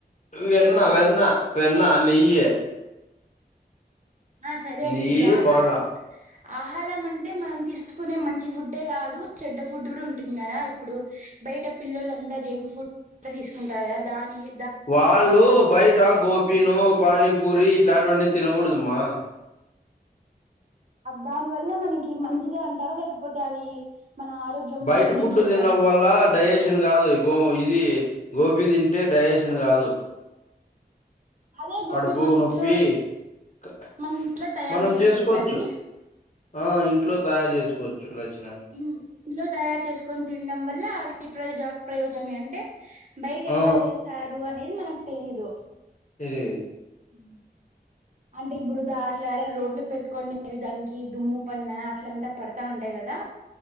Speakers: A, on the left; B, on the right.
A: వెన్నా వెన్నా వెన్నా నెయ్యి
B: ఆ సరే అండి
A: నెయ్యి
B: ఇప్పుడు ఆహారం
A: బాగా
B: ఆహారం అంటే మనం తీసుకునే మంచి ఫుడ్ కాదు చెడ్డ ఫుడ్ కూడా ఉంటుంది కదా ఇప్పుడు బయట పిల్లలు అంతా జంక్ ఫుడ్ తీసుకుంటారు కదా దానికి
A: వాళ్ళ బయట గోపి ను పాని పూరి ఇట్లాంటివన్నీ తినకూడదుమా
B: దాని వల్ల మనకి మంచిదే అంటారా లేకపోతే అది మన ఆరోగ్యం
A: బయట
B: క్షీణించేకా
A: ఫుడ్ తన్నడం వల్ల డైజెషన్ కాదుో ఇది ఇది గోపి తింటే డైజేషన్ కాదు
B: అదే గోబీ
A: కడుపు
B: మన ఇంట్లో
A: నొప్పి క-
B: మన ఇంట్లో తయారు
A: మనం
B: చేసుకోవచ్చా
A: చేసుకోవచ్చు
B: అండి
A: ఆ ఇంట్లో తయారు చేసుకోవచ్చు నచ్చ
B: ఊ ఇంట్లో తయారు చేసుకొని తినడం వల్ల అది ప్రయోజ ప్రయోజనమే అంటే బయట
A: ఆ
B: ఎట్లా చేస్తారు అనేది మనకు తెలియదు
A: తెలియదు
B: ఉ అంటే ఇప్పుడుదా అట్లాడ రోడ్లు పెట్టుకనే విధానికి దుమ్ము పన్న అట్లంతా పడతా ఉంటాయి కదా